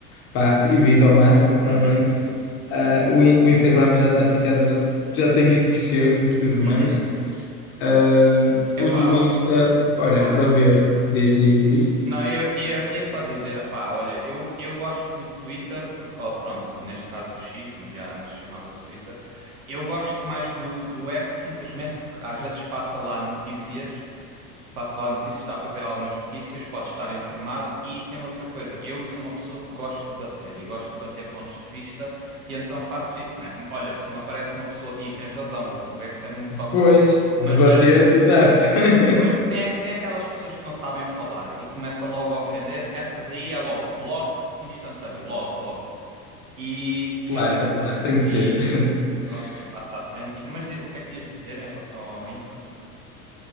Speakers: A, on the left; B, on the right.
A: pá, evito ao máximo também.
B: Uhum,
A: Ah, o, In- o Instagram já está a ficar, dema- já tem isso que chega, não preciso de
B: uhum.
A: mais. Ah,
B: Epá,
A: uso o
B: ó,
A: Insta, olha,
B: ó,
A: para ver, diz, diz, diz.
B: não, eu ia, ia só dizer, epá, olha, eu, eu gosto do Twitter porque, ó, pronto, neste caso o X, mas já antes chamava-se Twitter. Eu gosto mais do, do X simplesmente porque às vezes passa lá notícias, passa lá notícias, dá para ver algumas notícias, pode estar informado e tem outra coisa. Eu sou uma pessoa que gosto de bater e gosto de bater pontos de vista e então faço isso, né? Olha, se me aparece uma pessoa, e tens razão, o, o X é muito tóxico,
A: Pois, debater,
B: mas eh,
A: exato. <laughs>
B: Pois, tem, a- tem aquelas pessoas que não sabem falar e começam logo a ofender, essas aí é logo bloco instantâneo, logo, logo. E,
A: Claro,
B: e olha,
A: claro, tem que
B: e,
A: ser. <laughs>
B: e pronto, e passa à frente. Mas di- o que é que ias dizer em relação ao Insta?